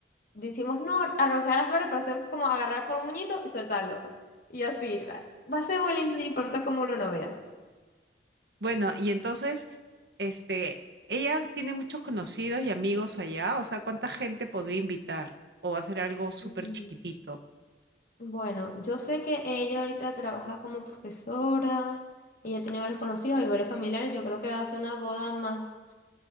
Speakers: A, on the left; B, on the right.
A: decimos no, arrojar las flores, pero ser como agarrar por un muñito y soltarlo. Y así va. Va a ser muy lindo, no importa cómo uno no vea.
B: Bueno, y entonces, este, ella tiene muchos conocidos y amigos allá, o sea, ¿cuánta gente podría invitar? ¿O va a ser algo súper
A: Ujú.
B: chiquitito?
A: Bueno, yo sé que ella ahorita trabaja como profesora, ella tiene varios conocidos y varios familiares, yo creo que va a hacer una boda más,